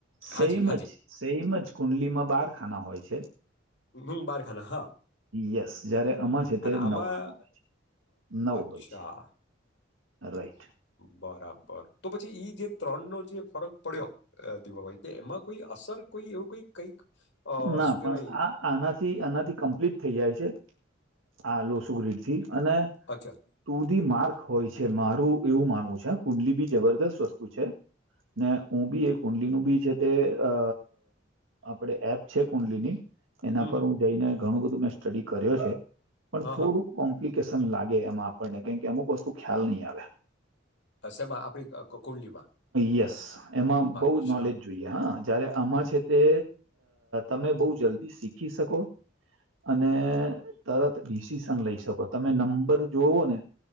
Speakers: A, on the right; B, on the left.
A: સેમ
B: હાજી, હાજી.
A: જ સેમ જ કુંડલી માં બાર ખાના હોય છે.
B: હમ બાર ખાના હા
A: યસ જ્યારે આમાં છે ત્યારે
B: અને આમાં
A: નવ ખાના હોય છે નવ
B: અચ્છા.
A: હોય છે. રાઈટ.
B: બરાબર તો પછી ઈ જે ત્રણ નો જે ફરક પડ્યો દીવાભાઈ કે એમાં કોઈ અસર કોઈ એવું કઈ કઈક અ
A: ના
B: શું કેહેવાય
A: પણ આ આનાથી આનાથી કમ્પ્લીટ થઈ જાય છે આ લોસુ ગ્રીડથી અને
B: અચ્છા.
A: ટુ ધી માર્ક હોય છે મારું એવું માનવું છે કુંડલી બી જબરદસ્ત વસ્તુ છે. ને હું બી એ કુંડલીનું બી છે તે અ આપણે એપ છે કુંડલીની એના
B: હમ,
A: પર
B: હમ.
A: હું જઈને ઘણું બધું મેં સ્ટડી કર્યો છે. પણ
B: હા,
A: થોડુંક
B: હા.
A: કોમ્પ્લિકેશન લાગે એમાં આપણને કેમ કે અમુક વસ્તુ ખ્યાલ નહી આવે.
B: સેમા આપણી કુંડલીમાં
A: યસ એમાં
B: અચ્છા.
A: બહુ જ નોલેજ જોઈએ હા જયારે આમાં છે તે તમે બહ જલ્દી શીખી શકો? અને તરત ડિસિશન લઈ શકો તમે નંબર જોવો ને